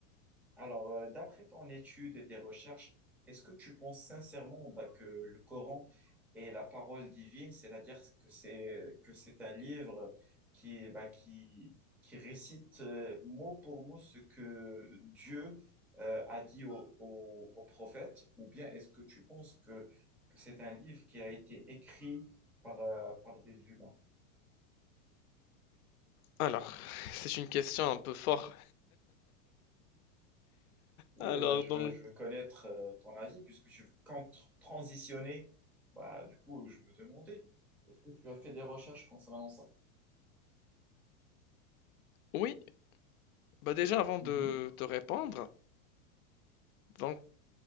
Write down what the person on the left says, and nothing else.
Alors, <laughs> c'est une question un peu forte.
Alors,
donc,
oui, bah déjà, avant
de te répondre, donc,